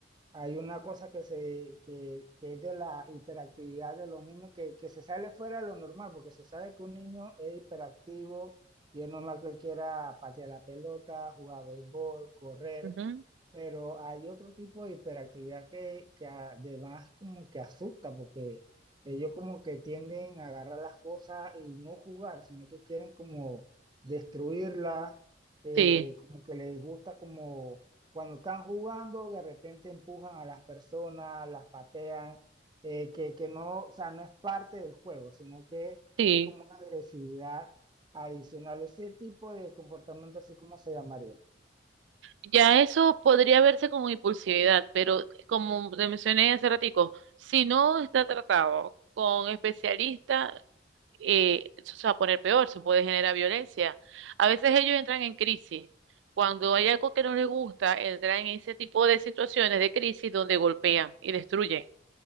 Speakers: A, on the right; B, on the right.
A: Hay una cosa que, se, que, que es de la hiperactividad de los niños que, que se sale fuera de lo normal, porque se sabe que un niño es hiperactivo y es normal que él quiera patear la pelota, jugar béisbol, correr,
B: Ujú.
A: pero hay otro tipo de hiperactividad que, que además como que asusta, porque ellos como que tienden a agarrar las cosas y no jugar, sino que quieren como destruirlas, eh,
B: Sí,
A: como que les gusta como cuando están jugando, de repente empujan a las personas, las patean, eh, que, que no, o sea, no es parte del juego, sino que
B: sí.
A: es como una agresividad adicional. Ese tipo de comportamiento, así como se llamaría.
B: Ya eso podría verse como impulsividad, pero como te mencioné hace ratico, si no está tratado con especialistas, eh, eso se va a poner peor, se puede generar violencia. A veces ellos entran en crisis. Cuando hay algo que no les gusta, entran en ese tipo de situaciones de crisis donde golpean y destruyen.